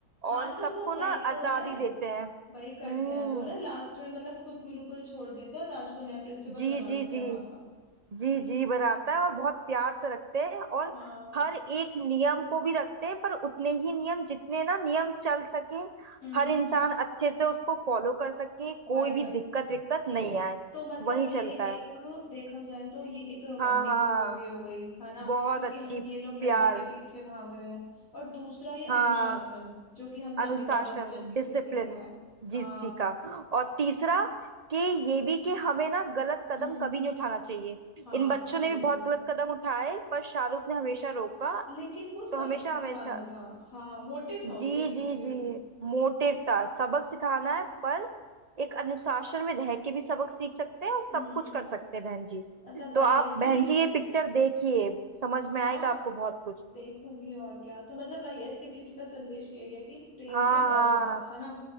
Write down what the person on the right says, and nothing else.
और सबको
ना
आजादी
देते हैं
हम्म
जी
जी
जी
जी जी बनाता है और बहुत प्यार से रखते हैं और
हर एक नियम को भी रखते हैं पर उतने ही नियम जितने ना नियम चल सके
हर इंसान अच्छे से उसको फॉलो कर सके कोई
भी
दिक्कत विक्कत नहीं आए
वही
चलता
है
हाँ हाँ
बहुत
अच्छी
प्यार
हाँ
अनुशासन
डिसिप्लिन
जीसी
का और तीसरा कि ये भी कि हमें ना गलत कदम
कभी नहीं उठाना चाहिए
इन बच्चों ने
भी बहुत गलत कदम उठाए पर शाहरुख ने हमेशा रोका
तो हमेशा
हमेशा
जी
जी जी
मोटिव था सबक सिखाना है पर एक अनुशासन में रह के भी सबक सीख सकते हैं और सब
कुछ कर सकते हैं बहन जी
तो
आप
बहन
जी ये पिक्चर देखिए समझ
में आएगा आपको बहुत कुछ
हाँ
हाँ